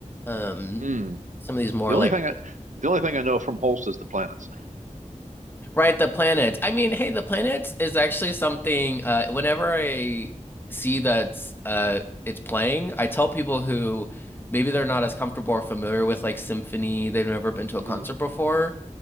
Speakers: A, on the left (about 15°); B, on the right (about 80°).
A: Um,
B: Hmm.
A: some of these more
B: The only
A: like
B: thing I the only thing I know from Holst is the planets.
A: right, the planets. I mean, hey, the planets is actually something. Uh, whenever I see that's uh, it's playing, I tell people who maybe they're not as comfortable or familiar with like symphony, they've never been to
B: hmm
A: a concert before.